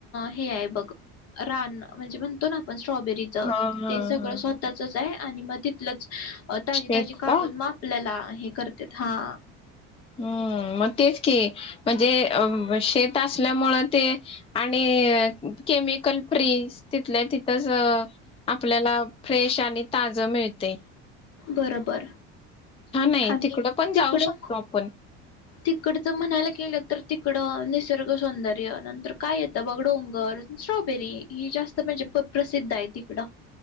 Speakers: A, on the left; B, on the left.
A: हे आहे बघ रान म्हणजे म्हणतो ना स्ट्रॉबेरीच
B: हा हा
A: ते सगळं
B: हा
A: स्वतःच पण आणि मग तिथलचं अ ताजी
B: शेत
A: ताजी काढून
B: का
A: म आपल्याला आहे कर तर ह‌ा
B: हम्म मग तेच की म्हणजे शेत असल्यामुळे ते आणि केमिकल फ्री तिथल्या तिथंच आपल्याला फ्रेश आणि ताज मिळतय.
A: बरोबर.
B: आहे
A: आणि
B: तिकडं पण
A: तिकडं
B: जाऊ शकतो आपण
A: तिकडच म्हणायला गेलंत तर तिकडं निसर्ग सौंदर्य नंतर काय येतं बघ डोंगर, स्ट्रॉबेरी ही जास्त म्हणजे प्रसिद्ध आहे तिकडं.